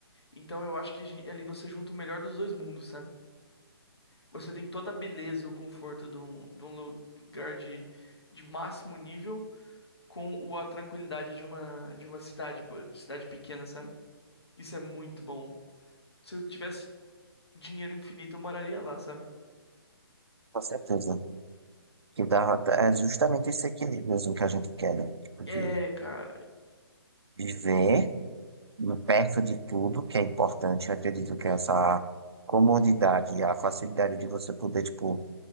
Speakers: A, on the left (about 80°); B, on the right (about 80°).
A: Então eu acho que a gen- ali você junta o melhor dos dois mundos, sabe? Você tem toda a beleza e o conforto de um, de um lugar de, de máximo nível com o- a tranquilidade de uma, de uma cidade, pô, de cidade pequena, sabe? Isso é muito bom. Se eu tivesse dinheiro infinito, eu moraria lá, sabe?
B: com certeza. Que dá, é justamente esse equilíbrio assim, que a gente quer, né? Tipo,
A: É,
B: de
A: cara.
B: viver perto de tudo que é importante. Eu acredito que essa comodidade, a facilidade de você poder, tipo,